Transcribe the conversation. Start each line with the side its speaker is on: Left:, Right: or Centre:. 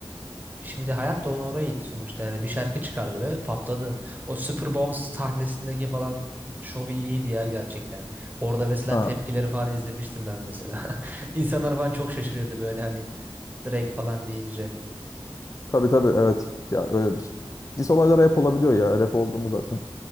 Right: şimdi hayat da onu oraya itti sonuçta. Yani bir şarkı çıkardı ve patladı. O Super Bowl sahnesindeki falan şovu iyiydi ya gerçekten. Orada mesela
Left: Ha
Right: tepkileri falan izlemiştim ben mesela. <laughs> İnsanlar falan çok şaşırıyordu böyle hani Drake falan deyince.
Left: tabii tabii evet. Ya öyledir. Diss olaylar rap olabiliyor ya. Rap oldu mu zaten.